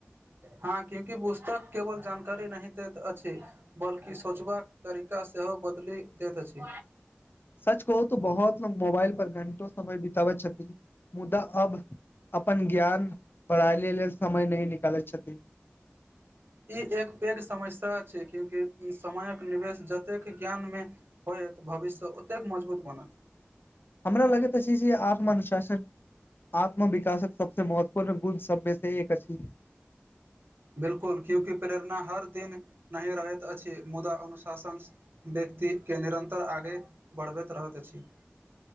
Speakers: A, on the right; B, on the left.
A: हँ क्यूं कि पुस्तक केवल जानकारी नहि दैत अछि बल्कि सोचबाक तरीका सेहो बदलि दैत अछि
B: सच कहो तो बहुत मोबाइल पर घंटो समय बिताबैत छथि मुद्दा अब अपन ज्ञान पढ़ाये लेल समय नै निकालै छथि
A: ई एक पैघ समस्या छै क्योकि समयक निवेश जतेक ज्ञानमे होइएत भविष्य ओतेक मजबूत बनत
B: हमरा लगैत अछि जे आत्मानुशासन आत्म विकासक सबसँ महत्वपूर्ण गुण सबमे से एक अछि
A: बिल्कुल क्योकि प्रेरणा हर दिन नहि रहैत अछि मुदा अनुशासनस व्यक्ति के निरन्तर आगे बढ़बैत रहैत अछि